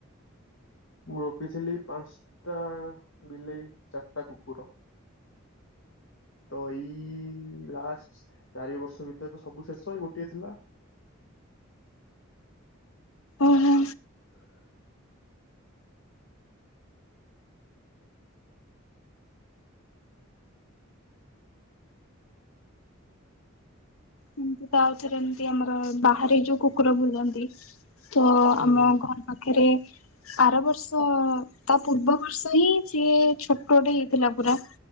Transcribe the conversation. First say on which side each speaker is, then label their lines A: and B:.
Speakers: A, on the left (about 70°); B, on the left (about 85°).
A: ମୁଁ ରଖିଥିଲି ପାଞ୍ଚଟା ବିଲେଇ, ଚାରିଟା କୁକୁର। ତ ଏଇ ଲାଷ୍ଟ ଚାରି ବର୍ଷ ଭିତରେ ତ ସବୁ ଶେଷ ଏଇ ଗୋଟିଏ ଥିଲା।
B: ଓହୋ।
A: ହଁ।
B: ଏମତି ତା ଆଉଥରେ ଏମତି ଆମର ବାହାରେ ଯୋଉ କୁକୁର ବୁଲନ୍ତି ତ
A: ହୁଁ
B: ଆମ ଘର ପାଖରେ ଆର ବର୍ଷ ତା ପୂର୍ବ ବର୍ଷ ହିଁ ସିଏ ଛୋଟଟେ ହେଇଥିଲା ପୁରା।